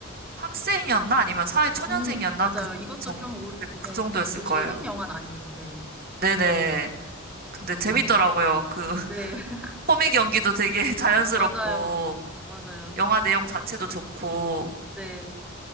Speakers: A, on the right (about 45°); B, in the centre.
A: 학생이었나? 아니면 사회초년생이었나?
B: 음, 맞아요.
A: 그
B: 이것도
A: 정,
B: 좀, 오, 예,
A: 그 정도였을
B: 그렇게
A: 거예요.
B: 최근 영화는 아니에요. 네.
A: 네네. 근데
B: 음,
A: 재밌더라고요. 그 <laughs>
B: 네, <laughs>
A: 코믹 연기도 되게 <laughs> 자연스럽고
B: 맞아요. 맞아요.
A: 영화 내용 자체도 좋고
B: 네.